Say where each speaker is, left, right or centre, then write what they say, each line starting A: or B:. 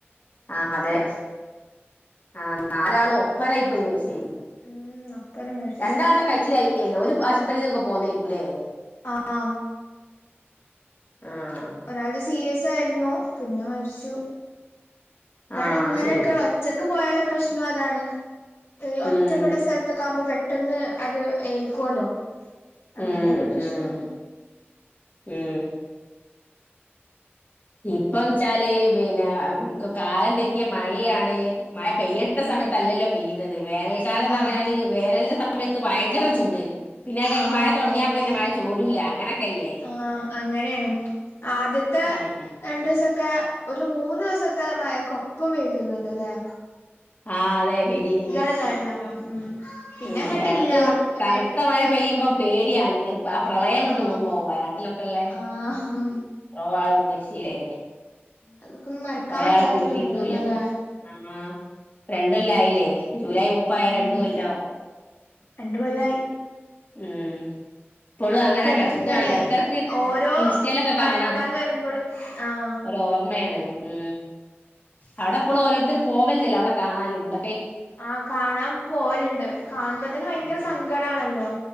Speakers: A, on the left (about 40°); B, on the left (about 65°).
A: ആഹ് അതെ ആഹ് നാലാളു ഒപ്പരായി പോയി മര്ച്ചോയി
B: ഉം അപ്പര് മരിച്ചു
A: രണ്ടാളെട്ട കയ്ച്ചിലായീന്യല്ലോ ഓല് ആശുപത്രിന്നൊക്കെ പോന്നേക്കൂലേ
B: ആഹ്
A: ആഹ്
B: ഒരാൾത് സീരിയസായിരുന്നു. പിന്നെ മരിച്ചു താണ്ങ്ങനൊക്കെള്ള
A: ആഹ് അത് ശരി
B: ഒറ്റക്ക് പോയാള്ള പ്രശ്നു അതാണ് ഹ് ഒറ്റപ്പെട്ട
A: ഉം
B: സ്ഥൽത്തൊക്കാകുമ്പോ പെട്ടന്ന് അത് ഏൽക്കോല്ലോ അങ്ങനെ
A: ഉം
B: ആയാലും പ്രശ്നണ്
A: ഉം ഉം ഇപ്പം ച്ചാല് പിന്നെ കാലം തെറ്റിയ മഴീയാണ് മഴ പെയ്യണ്ട
B: ഉം
A: സമയത്തല്ലല്ലോ പെയ്യുന്നത് വേനൽക്കാലം
B: ആഹ്
A: ന്നർഞ്ഞാല് വേനൽന്റെ സമയത്ത് ഭയങ്കരം ചൂട് പിന്നഹ് കയ്ഞ്ഞ്
B: ആഹ്
A: മഴ തൊടങ്ങിയാപ്പിന്നെ
B: ഭയങ്കര
A: മഴ ചോരൂല അങ്ങനൊക്കെല്ലേ
B: ആഹ് അങ്ങനേണ് ആദ്യത്തെ
A: ഉം
B: രണ്ടീസൊക്കെ ഒരു മൂന്ന് ദിവസത്തെ മഴക്കൊപ്പം പെയ്തിരുന്നല്ലോ ല്ലെ
A: ആഹ് അതെ പെയ്തീനി
B: ണ്ടായിര്ന്നല്ലോ ഉം പിന്നെ
A: ഉം
B: അങ്ങട്ടില്ല
A: എടക്ക്
B: പിന്നെ
A: കനത്ത
B: എടക്ക്
A: മഴ പെയ്യുമ്പം പേട്യാണ് ആ പ്രളയങ്ങട്ട്ഓർമ്മാവും
B: ആഹ്
A: വയനാട്ടിലൊക്കെള്ളെ,
B: ആഹ്
A: <inaudible> ആള് മര്ച്ചീലേ
B: അതൊക്കെ ഒന്നും മറക്കാൻ
A: കൊറേ
B: പറ്റാത്തൊരിതാണല്ലോ
A: ആളെ കിട്ടീട്ടുല്ല
B: അല്ലെ
A: ആഹ് പ്പ രണ്ട് കൊല്ലായിലേ ജൂലൈ മുപ്പായ
B: ഉം
A: രണ്ട് കൊല്ലാവും
B: രണ്ട് കൊല്ലായി
A: ഉം പ്പളും
B: അതൊക്കെ
A: അങ്ങനെ
B: എടക്ക്
A: കെടക്കാണ്ല്ലേ
B: ഇങ്ങനെ
A: എട്ക്കെട്ക്ക്
B: ഓരോ
A: ഇൻസ്റ്റേലൊക്കെ
B: മഴക്കാലം
A: കാണാ
B: വരുമ്പളും ആഹ്
A: ഓർമ്മേണ് ഉം അവിടെ ഇപ്പളും ഓരോരുത്തർ പോവലുണ്ടല്ലോ അടെ കാനന്ന് മുണ്ട
B: ആഹ് കാണാൻ പോവലുണ്ട് കാണുമ്പോ തന്നെ ഭയങ്കര
A: ഉം
B: സങ്കടമാണല്ലോ